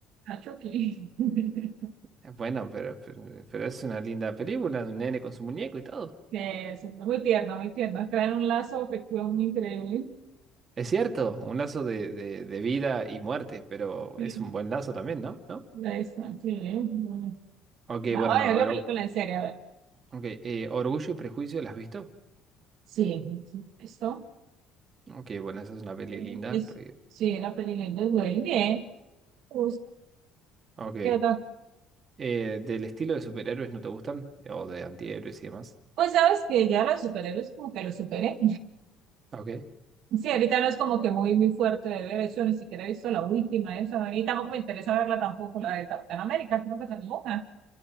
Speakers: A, on the right; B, on the right.
A: Ah, Chucky. <laughs>
B: Eh, Bueno, pero, pero, pero es una linda película de un nene con su muñeco y todo.
A: Sí, eso es muy tierno, muy tierno. Traen un lazo afectivo muy increíble.
B: Es cierto, un lazo de, de de vida y muerte, pero
A: Sí.
B: es un buen lazo también, ¿no? ¿No?
A: Ahí está, sí. bueno.
B: Ok,
A: No,
B: bueno, no,
A: es
B: a
A: una
B: ver.
A: película en serio, a ver.
B: Ok, eh, Orgullo y Prejuicio, ¿la has visto?
A: Sí, sí, esto
B: Ok, bueno, esa es una peli
A: eh,
B: linda.
A: es,
B: pre-
A: sí, la película es Dwayne, bien, me
B: Ok,
A: ¿Qué otra?
B: eh, ¿del estilo de superhéroes no te gustan? O de antihéroes y demás.
A: Pues sabes que ya los superhéroes como que los superé.
B: Ok,
A: Sí, ahorita no es como que muy, muy fuerte de ver, de hecho, ni siquiera he visto la última, esa, y tampoco me interesa verla tampoco, la de Capitán América, creo que es una.